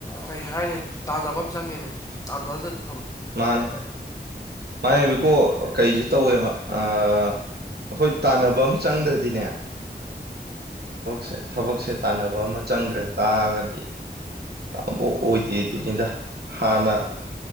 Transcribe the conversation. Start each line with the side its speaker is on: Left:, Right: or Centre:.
Left: ꯀꯩ ꯍꯥꯏꯅꯤ ꯇꯥꯟꯅꯕ ꯑꯃ ꯆꯪꯉꯦꯃꯦ ꯇꯥꯟꯅꯗꯗꯤ
Right: ꯃꯥꯅꯦ ꯃꯥꯅꯦ ꯀꯣ ꯀꯩꯁꯨ ꯇꯧꯋꯦꯕ ꯑꯩꯈꯣꯏ ꯇꯥꯟꯅꯕ ꯑꯃ ꯆꯪꯗ꯭ꯔꯗꯤꯅꯦ
Left: ꯎꯝ
Right: ꯁꯦ ꯊꯕꯛꯁꯦ ꯇꯥꯟꯅꯕ ꯑꯃ ꯆꯪꯗ꯭ꯔꯦ ꯇꯥꯔꯒꯗꯤ ꯇꯕꯨ ꯑꯣꯏꯗꯤꯦ ꯑꯗꯨꯗꯤꯗ ꯍꯥꯟꯅ
Left: ꯃꯥꯅꯦ